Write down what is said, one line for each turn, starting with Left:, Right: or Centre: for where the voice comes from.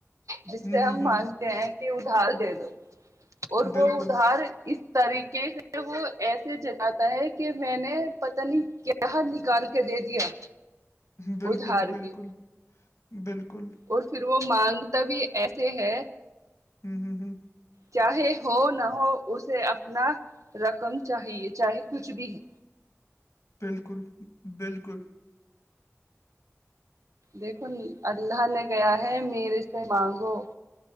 Right: جس
Left: ہوں
Right: سے
Left: ہوں
Right: ہم
Left: ہوں
Right: مانتے ہیں کہ ادھار دے دو اور وہ
Left: بالکل
Right: ادھار اس طریقے سے وہ ایسے جتاتا ہے کہ میں نے پتا نہیں کیا یہاں نکال کے دے دیا
Left: بالکل
Right: ادھار
Left: بالکل
Right: بھی
Left: بالکل
Right: اور پھر وہ مانگتا بھی ایسے ہے
Left: ہوں ہوں ہوں
Right: چاہے ہو نہ ہو اسے اپنا رقم چاہیے چاہے کچھ بھی ہے
Left: بالکل بالکل
Right: دیکھو اللہ نے کہا ہے میرے سے مانگو